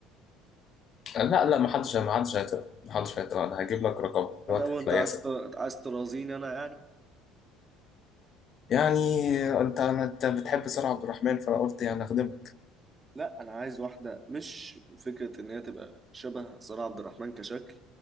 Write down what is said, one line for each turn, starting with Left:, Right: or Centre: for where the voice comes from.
Left: لا لا ما حدش ما حدش هيطلع ما حدش هيطلع انا هجيب لك رقمها دلوقتي
Right: لو
Left: هتلاقيها
Right: أنت عايز
Left: سهل.
Right: ت- عايز ترازيني أنا يعني
Left: يعني انت انا انت بتحب سارة عبد الرحمن فانا قلت يعني اخدمها
Right: لا انا عايز واحده مش فكره ان هي تبقى شبه سارة عبد الرحمن كشكل